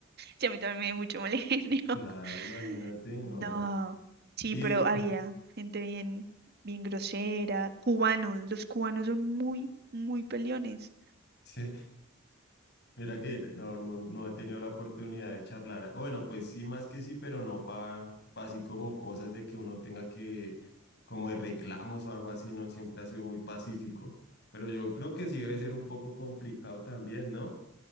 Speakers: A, on the right; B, on the left.
A: Sí, a mí también me dio mucho mal genio.
B: claro, imagínate,
A: <laughs>
B: no,
A: No, sí,
B: y
A: pero había
B: <laughs>
A: gente bien, bien grosera, cubanos, los cubanos son muy, muy peleones.
B: sí, mira que no, no, no he tenido la oportunidad de charlar, o bueno, pues sí, más que sí, pero no para, así como cosas de que uno tenga que, como de reclamos o algo así, no, siempre ha sido muy pacífico, pero yo creo que sí debe ser un poco complicado también, ¿no?